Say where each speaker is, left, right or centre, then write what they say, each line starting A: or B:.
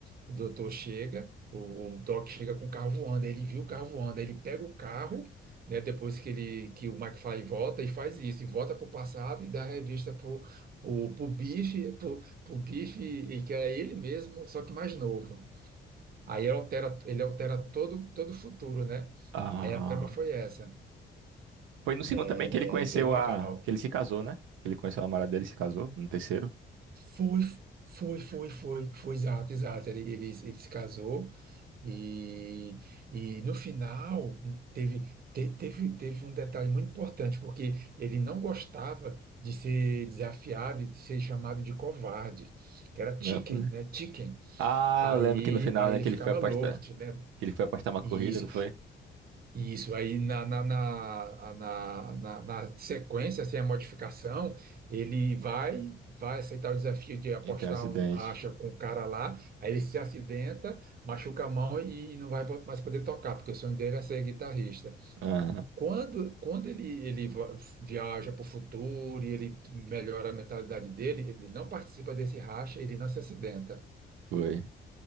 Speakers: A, on the right; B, on the right.
A: O doutor chega, o, o Doc chega com o carro voando, aí ele viu o carro voando, aí ele pega o carro, né, depois que ele que o McFly volta e faz isso, e volta pro passado e dá a revista pro, pro, pro Biff, pro, pro Biff, e que é ele mesmo, só que mais novo. Aí ele altera, ele altera todo, todo o futuro, né?
B: ah.
A: Aí a trama foi essa.
B: Foi no segundo
A: É,
B: também que ele conheceu
A: é bem legal.
B: a. Que ele se casou, né? Que ele conheceu a namorada dele e se casou, no terceiro.
A: Foi, foi, foi, foi, foi, exato, exato. Ele, ele, ele se casou e, e no final teve, te- teve, teve um detalhe muito importante, porque ele não gostava de ser desafiado e de ser chamado de covarde, que era
B: né?
A: chicken,
B: Foi.
A: né? Chicken.
B: Ah,
A: Aí,
B: eu lembro que no final,
A: aí
B: né,
A: ele
B: que
A: ficava
B: ele foi afastado.
A: louco, te lembra?
B: Que ele foi apostar uma
A: E
B: corrida,
A: isso
B: não foi?
A: isso, aí na, na, na, na, na, na sequência, sem a modificação, ele vai vai aceitar o desafio de apostar
B: Então, acidente.
A: um racha com o cara lá, aí ele se acidenta, machuca a mão e, e não vai mais poder tocar, porque o sonho dele é ser guitarrista.
B: Aham,
A: Quando, quando ele, ele va- viaja para o futuro e ele melhora a mentalidade dele, ele não participa desse racha, ele não se acidenta.
B: foi.